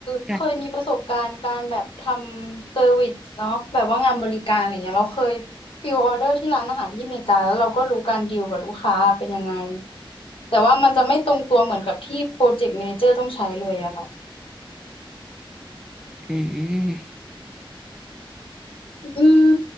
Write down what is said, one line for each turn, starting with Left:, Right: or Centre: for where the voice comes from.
Left: เคยมีประสบการณ์การแบบทำเซอร์วิสเนาะแบบว่างานบริการอะไรเงี้ยเราเคย
Centre: ค่ะ
Left: ฟิลออเดอร์ที่ร้านอาหารที่อเมริกาแล้วเราก็รู้การดีลกับลูกค้าเป็นยังไง แต่ว่ามันจะไม่ตรงตัวเหมือนกับที่โปรเจกต์ a ม a นเจอร์ต้องใช้เลยอะค่ะ
Centre: อืม
Left: อืม